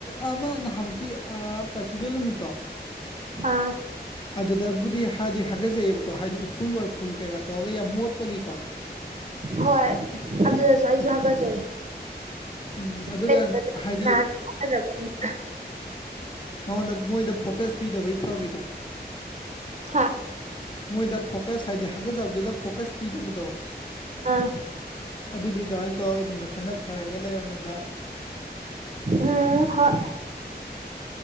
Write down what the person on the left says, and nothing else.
ꯑꯃꯥ ꯅꯍꯥꯟꯃꯨꯛꯀꯤ ꯑꯥ ꯄ꯭ꯔꯛꯇꯤꯀꯦꯜ ꯅꯨꯃꯤꯠꯇꯣ
ꯑꯗꯨꯗꯕꯨꯗꯤ ꯍꯥꯏꯗꯤ ꯍꯥꯒꯠꯆꯩꯑꯕꯀꯣ ꯍꯥꯏꯗꯤ ꯎꯐꯨꯜ ꯋꯥꯏꯐꯨꯜ ꯀꯩꯀꯥ ꯇꯧꯔꯒ ꯌꯥꯝ ꯃꯣꯠꯄꯒꯤꯀꯣ
ꯎꯝ ꯑꯗꯨꯒ
ꯍꯥꯏꯗꯤ
ꯃꯥ- ꯃꯉꯣꯟꯗ ꯃꯣꯏꯗ ꯐꯣꯀ꯭ꯥꯁ ꯄꯤꯗꯕꯒꯤ ꯐꯕꯤꯗꯣ
ꯃꯣꯏꯗ ꯐꯣꯀꯥ꯭ꯁ ꯍꯥꯏꯗꯤ ꯍꯥꯒꯠꯆꯕꯗꯨꯅ ꯐꯣꯀꯥ꯭ꯁ ꯄꯤꯗꯕꯗꯣ
ꯑꯗꯨꯗꯨꯗꯤ ꯑꯗꯨꯃꯥꯏꯅ ꯇꯧꯔꯒ ꯑꯗꯨꯝ ꯃꯊꯟꯇ ꯐꯔꯒ ꯂꯩꯔꯝꯃꯤꯕ